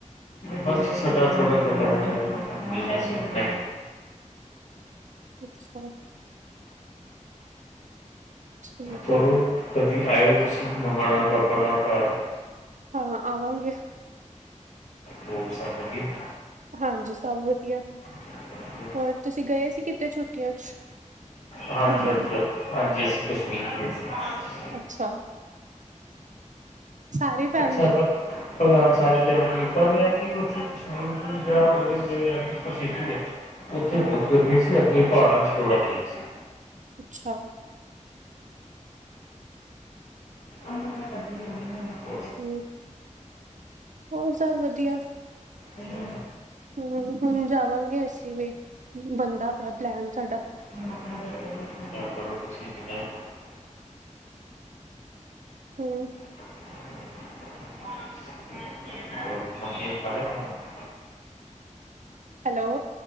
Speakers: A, on the left (about 65°); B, on the right (about 70°).
A: ਬਸ ਸਾਡਾ ਥੋੜਾ ਥੋੜਾ <unintelligible> ਮੰਗ
B: ਅੱਛਾ ਠੀਕ
A: ਚਲੋ
B: ਹੈ
A: <unintelligible> ਕਦੀ ਆਇਓ ਤੁਸੀਂ ਮੰਮਾ ਨਾਲ ਪਾਪਾ ਨਾਲ ਘਰ।
B: ਹਾਂ, ਆਵਾਂਗੇ।
A: ਹੋਰ ਸਬ ਵਦੀਆ।
B: ਹਾਂਜੀ, ਸਬ ਵਦੀਆ,
A: ਵਧੀਆ
B: ਹੋਰ ਤੁਸੀਂ ਗਏ ਸੀ ਕਿਤੇ ਛੁੱਟੀਆਂ ਚ?
A: ਹਾਂਜੀ,
B: ਘੁੰਮਣ
A: ਹਾਂਜੀ, ਹਾਂਜੀ, ਅਸੀਂ ਕਸ਼ਮੀਰ ਗਏ ਸੀ।
B: ਅੱਛਾ। ਸਾਰੀ ਫੈਮਿਲੀ
A: ਅੱਛਾ, ਭਗ ਭਗਵਾਨ ਸਾਰੀ ਫੈਮਲੀ ਪਰ ਏ ਐਕੀ ਉੱਥੇ <unintelligible> ਓਥੇ
B: ਹਮ
A: ਬੌਤ ਗਰਮੀ ਸੀ, ਅੱਗੇ ਪਾੜਾਂ ਚ ਥੋੜਾ ਠੀਕ ਸੀ।
B: ਅੱਛਾ।
A: ਉਨੂੰ ਮੈਂ ਕਰਦੀ ਆ <unintelligible>
B: ਠੀਕ ਹੋਰ ਸਬ ਵਦੀਆ।
A: ਚਲੋ
B: ਹੂੰ, ਹੁਣ ਜਾਵਾਂਗੇ ਅਸੀਂ ਵੀ ਬੰਨਦਾ ਪਿਆ ਪਲੈਨ ਸਾਡਾ।
A: <unintelligible>
B: ਹੂੰ।
A: <unintelligible> <unintelligible>
B: ਹੈਲੋ।